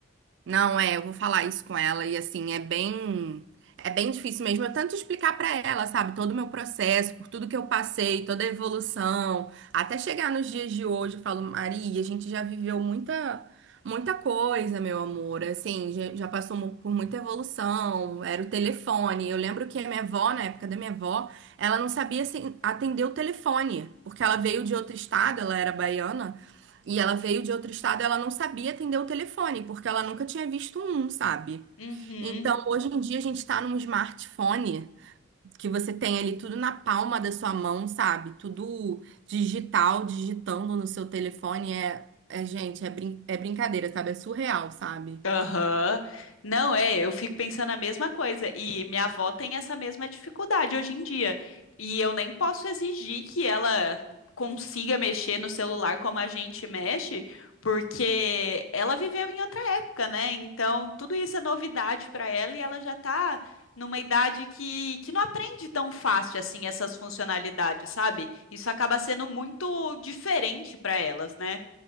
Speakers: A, on the right; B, on the left.
A: Não, é, eu vou falar isso com ela e assim, é bem é bem difícil mesmo. Eu tanto explicar pra ela, sabe, todo o meu processo, por tudo que eu passei, toda a evolução, até chegar nos dias de hoje, eu falo, Maria, a gente já viveu muita muita coisa, meu amor. Assim, já, já passou mu- por muita evolução, era o telefone. Eu lembro que a minha avó, na época da minha avó, ela não sabia assim, atender o telefone, porque ela veio de outro estado, ela era baiana. E ela veio de outro estado, ela não sabia atender o telefone, porque ela nunca tinha visto um, sabe?
B: Uhum.
A: Então, hoje em dia, a gente está num smartphone que você tem ali tudo na palma da sua mão, sabe? Tudo digital, digitando no seu telefone. É, é gente, é, brin é brincadeira, sabe? É surreal, sabe?
B: Aham. Não, é, eu fico pensando a mesma coisa. E minha avó tem essa mesma dificuldade hoje em dia. E eu nem posso exigir que ela consiga mexer no celular como a gente mexe, porque ela viveu em outra época, né? Então, tudo isso é novidade para ela e ela já tá numa idade que, que não aprende tão fácil assim essas funcionalidades, sabe? Isso acaba sendo muito diferente para elas, né?